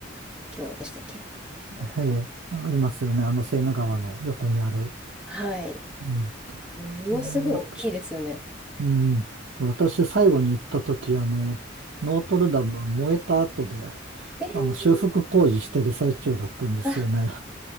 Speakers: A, in the centre; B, on the right (about 70°).
A: 教でしたっけなんかそう。
B: い。ありますよね。あの、セーヌ川の横にある。
A: はい。
B: うん。
A: ものすごい大きいですよね。
B: あうん。で私、最後に行った時、あの、ノートルダム燃えた後で、
A: えー、
B: あの、修復工事してる最中だったんですよね。
A: あ、